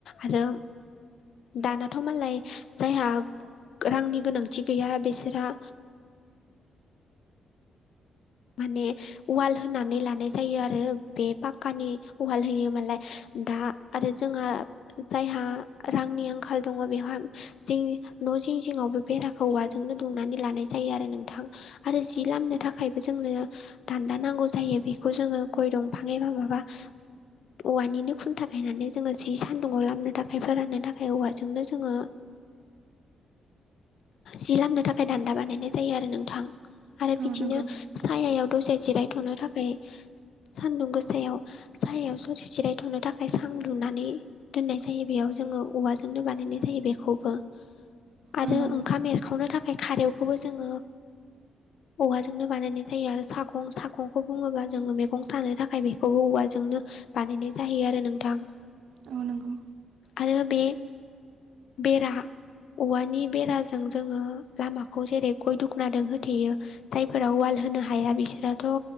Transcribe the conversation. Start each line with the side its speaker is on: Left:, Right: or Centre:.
Left: आरो दानाथ' मालाय जायहा रांनि गोनांथि गैया बिसोरहा माने उवाल होनानै लानाय जायो आरो बे पाक्कानि उवाल होयो मालाय दा आरो जोंहा जायहा रांनि आंखाल दंङ' बेवहा जों न' जिं जिंङावबो बेराखौवाजोंनो दुंनानै लानाय जायो आरो नोंथां आरो जि लामनो थाखाय जोंनो दान्दा नांगौ जायो बेखौ जोंङो गय दंफां एबा माबा औवानिनो खुनथा गायखायायनानै जोंङो जि सान्दुङाव लामनो थाखाय फोराननो थाखाय औवाजोंनो जोंङो। जि लामनो थाखाय दान्दा बानायनाय जायो आरो नोंथां आरो
Right: औ
Left: बिदिनो
Right: नंगौ
Left: सायायाव दसे जिरायथ'नो थाखाय सानदुं गोसायाव सायाव ससे जिरायथ'नो थाखाय सां लुनानै दोननाय जायो बेयाव जोंङो औवाजोंनो बानायनाय जायो बेखौबो आरो
Right: औ नंगौ
Left: ओंखाम एरखावनो थाखाय खारौखौबो जोंङो औवाजोंनो बानायनाय जायो आरो सागं सागंखौ बुङोबा जोङो मैगं सानो थाखाय बेखौ औवाजोंनो बानायनाय जायो आरो नोंथां
Right: औ नंगौ
Left: आरो बे बेरा औवानि बेराजों जोंङो लामाखौ जेरै गय दुखनाजों होथेयो। जायफोरा उवाल होनो हाया बिसोराथ'